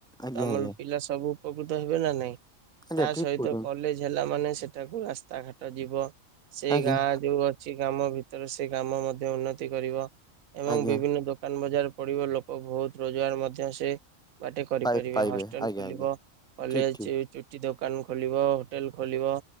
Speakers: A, in the centre; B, on the right.
A: ଆଜ୍ଞା
B: ତ ଆମଲ
A: ଆଜ୍ଞା
B: ପିଲା ସବୁ ଉପକୃତ ହେବେ ନା ନାଇଁ
A: ଆଜ୍ଞା
B: ତା
A: ଠିକ
B: ସହିତ
A: କହୁଛନ୍ତି
B: କଲେଜ୍ ଜ୍ ହେଲା ମାନେ ସେଠାକୁ ରାସ୍ତା ଘାଟ ଯିବ ସେ
A: ଆଜ୍ଞା
B: ଗାଁ ଯୋଉ କିଛି ଗାମ ବିତରୁ ସେ ଗାମ ମାଧ୍ୟ୍ୟ ଉର୍ନତି କରିବ ଏବଂ
A: ଆଜ୍ଞା
B: ବିଭିନ୍ନ ଡକୁ ଦୋକାନ୍ ବଜାର ପଡିବ ଲୋକ ଭୋଉତ୍ ରୋଜୁଗାର ମଧ୍ୟ ସେ ବାଟେ କରିପାରିବେ
A: ପାଇ ପାଇବେ
B: ହଷ୍ଟେଲ
A: ଆଜ୍ଞା
B: ଖୋଲିବ
A: ଆଜ୍ଞା
B: କଲେଜ୍
A: ଠିକ ଠିକ
B: ଚୁଟି ଦୋକାନ୍ ଖୋଲିବ, ହୋଟେଲ୍ ଖୋଲିବ,